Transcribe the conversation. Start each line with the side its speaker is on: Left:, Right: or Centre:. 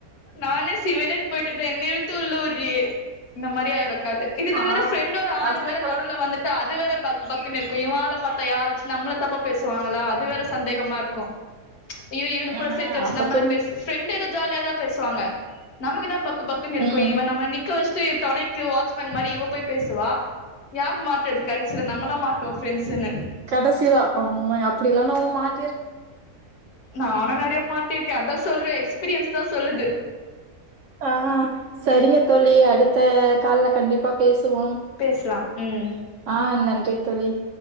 Left: நானே சிவனேனு போயிட்டுருந்தேன் என்ன இழுத்து உள்ள எப்புரி இந்த மாரியா இருக்காது இதுல
Right: ஆ
Left: வேற ஃப்ரெண்ட்டோட ஒரு ஆள்
Right: அந்த
Left: வேற
Right: கெழம்
Left: நடுல வந்துட்டா அது வேற பக் பக்குனு இருக்கும் இவன் ஆலா பாத்தா யாராச்சும் நம்மள தப்பா பேசுவாங்களா அது வேற சந்தேகமா இருக்கும் இவ இவனு
Right: ஆ
Left: கூட சேர்த்து வச்சு
Right: அதத்தொன்
Left: நம்பள பேசி ப்ரண்டு ஜாலியாத பேசுவாங்க நமக்கு தான் பக் பக்குனு இருக்கும்
Right: ம்
Left: இவன் நம்ம நிக்க வச் சுட்டு துணைக்கு வாட்ச்மேன் மாரி இவ போய் பேசுவா யார் மாட் றது அது கடைசில நம்ம தான் மாட்டோம் பிரெண்ஸ்ன்னு
Right: கடைசியிலா <unintelligible> அப்டி எல்லாம் நா ஒரு மாட்
Left: நானும் நெறைய மாட்டிருக்கேன் அதான் சொல்றேன் எக்ஸ்பீரியன்ஸ் தான் சொல்லுது
Right: ஆ சரிங்க தோலி அடுத்த கால்ல கண்டிப்பா பேசு வோம்
Left: பேசலாம் ம்
Right: ஆஹ் நன் றி தோலி